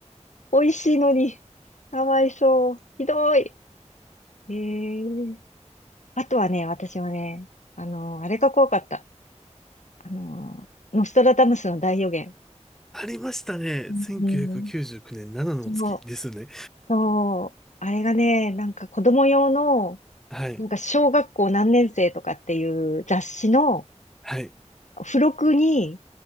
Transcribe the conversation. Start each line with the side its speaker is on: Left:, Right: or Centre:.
Left: 美味しいのに、かわいそう。ひどい。ええあとはね、私はね、あの、あれが怖かった。あの、ノストラダムスの大予言。
Centre: ありましたね。
Left: うん。
Centre: 1999年7の月ですね。
Left: そう、そう、あれがね、なんか子供用の、
Centre: はい。
Left: なんか小学校何年生とかっていう雑誌の
Centre: はい。
Left: 付録に、